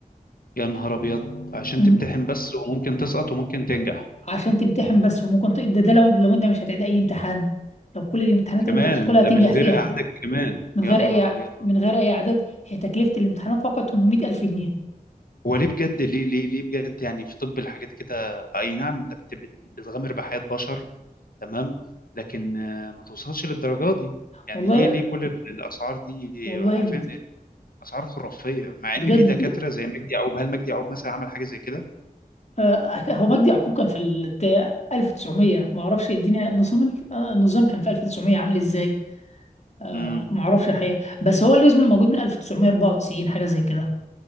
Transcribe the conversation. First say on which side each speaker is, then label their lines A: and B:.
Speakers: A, on the left (about 70°); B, on the left (about 45°).
A: يا نهار ابيض عشان
B: تم-
A: تمتحن بس وممكن تسقط وممكن تنجح
B: عشان تمتحن بس وممكن تق- ده, ده لو, لو أنت مش هتعيد أي امتحان لو كل الامتحانات
A: كمان
B: اللي أنت بتدخلها
A: ده
B: هتنجح
A: من غير
B: فيها
A: اعادة كمان
B: من
A: يا
B: غير
A: نهار
B: اي
A: ابيض
B: من غير اي اعداد هي تكلفه الامتحانات فقط 800 الف جنيه
A: هو ليه بجد ليه ليه ليه بجد يعني في طب الحاجات كده اي نعم انت بت- بت- بتغامر بحياة بشر تمام لكن آه، ما توصلش للدرجة دي يعني
B: والله
A: ليه ليه كل ال- الاسعار دي
B: والله
A: عارفين
B: د-
A: اسعار خرافيه مع
B: بجد
A: ان في دكاتره زي مجدي يعقوب هل مجدي يعقوب مثلا عمل حاجه زي كده
B: آه، هو مجدي يعقوب كان في ال 1900 ما اعرفش الدنيا النظام ال- آه، النظام كان في 1900 عامل ازاي آه،
A: امم
B: ما اعرفش الحقيقه بس هو اليوزمل موجود من 1994 حاجه زي كده